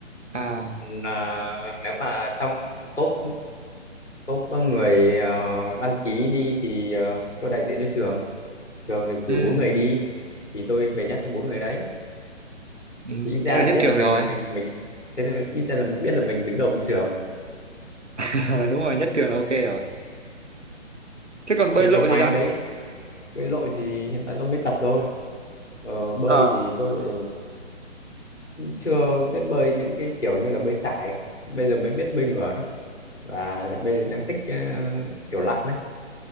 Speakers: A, on the right; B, on the left.
A: à
B: còn à, nếu mà trong top top người ờ, đăng ký đi thì ờ, tôi đại diện cho trường trường thì cử
A: ừ,
B: bốn người đi thì tôi về nhất cho bốn người đấy
A: ừ.
B: thì ít ra
A: thế
B: là
A: là nhất
B: biết
A: trường
B: là mình
A: rồi
B: mình mình thế thì ít ra là biết là mình đứng đầu trong trường
A: <laughs> đúng rồi nhất trường là ok rồi thế còn bơi
B: nhưng
A: lội
B: mà ngoài
A: thì sao
B: cái đấy bơi lội thì hiện tại tôi mới tập thôi ờ, bơi
A: ờ
B: thì tôi lại chưa biết bơi những cái kiểu như là bơi sải bây giờ mới biết bơi ngửa thôi và bây giờ đang thích ờ, kiểu lặn đấy